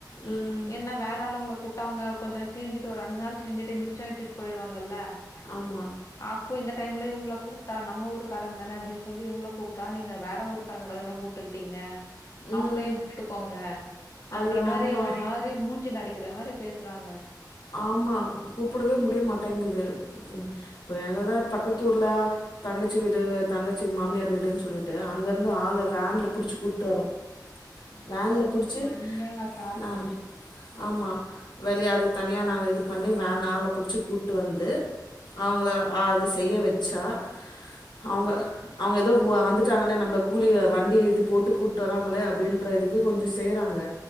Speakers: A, on the left; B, on the left.
A: ம்
B: ஏன்னா வேற ஆளுவங்ள கூப்ட்டா அங்க கொஞ்ச செஞ்சிட்டு ஒரு ரெண்டு நாள் செஞ்சுட்டு மிச்ச வெச்சுட்டு போயிடுவாங்கல்ல
A: ஆமா
B: அப்போ இந்த டைம்ல இவங்கள கூப்ட்டா நம்ம ஊர்க்காரங்க தானே அப்டின் சொல்லி இவங்கள கூப்ட்டா நீங்க வேற ஊர்க்காரங்கள தான கூப்ட்டுக்கிட்டிங்க
A: ம்
B: அவங்களயே கூப்ட்டுக்கோங்க
A: ஐயோ
B: அன்ற மாரி
A: ஆமா
B: ஒரு மாரி மூஞ்சில அடிக்கிற மாரி பேசறாங்க
A: ஆமா கூப்பிடவே முடிய மாட்டேங்குது இப்ப எங்கதான் பக்கத்துர்ல தங்கச்சி வீடு தங்கச்சி மாமியார் வீடுன்னு சொல்லிட்டு அங்க இருந்து ஆள் வேன்ல புடிச்சு கூப்பிட்டு வரோம்
B: ம்,
A: வேன்ல
B: உங்களுக்கு
A: புடிச்சு
B: தனியா சார்ஜ்
A: ஹ ஆமா வெளிய அது தனியாக நாங்க இது பண்ணி வேன் ஆளை பிடிச்சி கூட்டு வந்து அவங்கள அது செய்ய வச்சா அவங்க அவங்க ஏதோ வந்துட்டாங்களே நம்மள கூலி வண்டி இது போட்டு கூட்டு வராங்களே அப்படின்ற இதுக்கு கொஞ்சம் செய்யறாங்க